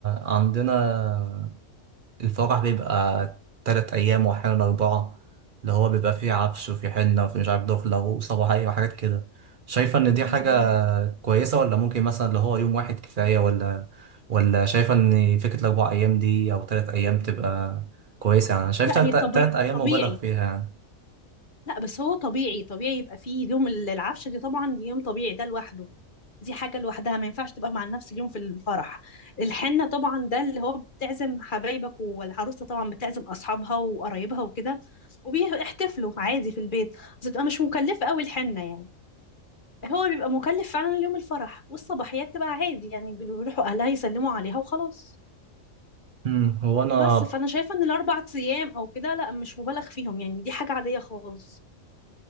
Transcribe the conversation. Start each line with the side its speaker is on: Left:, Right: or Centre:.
Right: عندنا الفرح بيبقى تلات ايام واحيانا اربعه اللي هو بيبقى فيه عفش وفي حنه وفي مش عارف دخله وصباحيه وحاجات كده شايفه ان دي
Left: امم
Right: حاجه كويسة ولا ممكن مثلا اللي هو يوم واحد كفاية ولا ولا شايفة إن فكرة الأربع أيام دي أو تلات أيام تبقى كويسة يعني أنا شايف
Left: لا
Right: تلات,
Left: هي طبيعي
Right: تلات أيام
Left: طبيعي
Right: مبالغ فيها يعني
Left: لا بس هو طبيعي طبيعي يبقى فيه يوم ال- العفشه دي طبعا دي يوم طبيعي ده لوحده دي حاجة لوحدها ما ينفعش تبقى مع نفس اليوم في الفرح الحنة طبعا ده اللي هو بتعزم حبايبك والعروسة طبعا بتعزم أصحابها وقرايبها وكده وبيحتفلوا عادي في البيت بس بتبقى مش مكلفة أوي الحنة يعني هو اللي بيبقى مكلف فعلا اليوم الفرح والصباحية بتبقى عادي يعني بيروحوا أهلها يسلموا عليها وخلاص
Right: أمم، هو أنا
Left: بس فأنا شايفة إن الأربع أيام أو كده لا مش مبالغ فيهم يعني دي حاجة عادية خالص